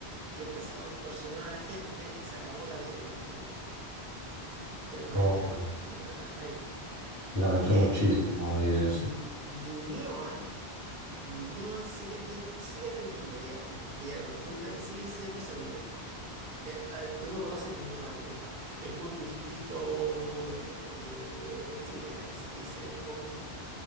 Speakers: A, on the right; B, on the left.
A: y empezaron a extorsionar a la gente y se acabó la vida nocturna ahí. Ya no hay
B: Oh,
A: vida nocturna ahí.
B: lamento
A: Eh,
B: muchísimo oír
A: Ñu-
B: eso.
A: Ñuñoa, Ñuñoa sigue, tien- sigue teniendo vida, vida nocturna y sigue siendo segura. Eh, eh, tú no conoces Ñuñoa, disculpa. Es un distrito de, eh, de Chile, acá se le dice comuna.